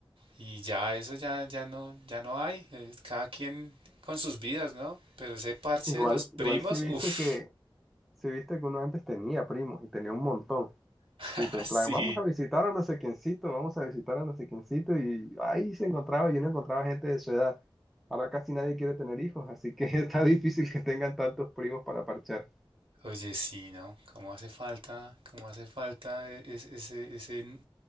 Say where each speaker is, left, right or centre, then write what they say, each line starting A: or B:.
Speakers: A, on the right; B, in the centre.
A: Y ya eso ya, ya no, ya no hay. eh, Cada quien con sus vidas, ¿no? Pero ese parche
B: Igual,
A: de los primos,
B: igual si viste
A: uff,
B: que, si viste que uno antes tenía primos y tenía un montón.
A: <laughs>
B: Tipo, en
A: sí.
B: plan, vamos a visitar a no sé quiéncito, vamos a visitar a no sé quiéncito, y ahí se encontraba, yo no encontraba gente de su edad. Ahora casi nadie quiere tener hijos, así que <laughs> está difícil que tengan tantos primos para parchar.
A: Oye, sí, ¿no? ¿Cómo hace falta, cómo hace falta e- es- ese, ese n-